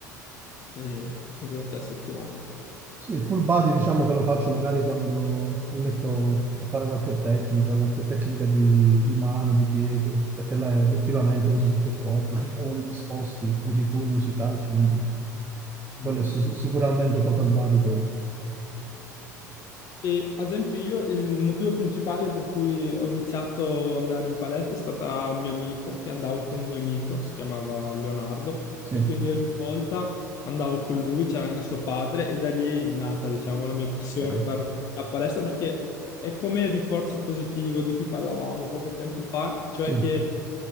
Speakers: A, on the left; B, on the right.
A: eh, 5 volte a settimana. Sì.
B: Sì, il full body diciamo che lo faccio magari quando mi metto a fare qualche tecnica, qualche tecnica di, di mano, di piede, perché là obiettivamente usi tutto il corpo, ti muovi, ti sposti, usi i pugni, usi i calci, quindi
A: Mhm.
B: quello è sic- sicuramente total body quello.
A: E ad esempio io il motivo principale per cui ho iniziato ad andare in palestra è stata un mio amico, che andavo con un mio amico, si chiamava Leonardo,
B: Sì,
A: e quindi ogni volta andavo con lui, c'era anche suo padre, e da lì è nata, diciamo, la mia passione
B: ok.
A: per la palestra, perché è come il rinforzo positivo di cui parlavamo poco tempo fa, cioè
B: Sì,
A: che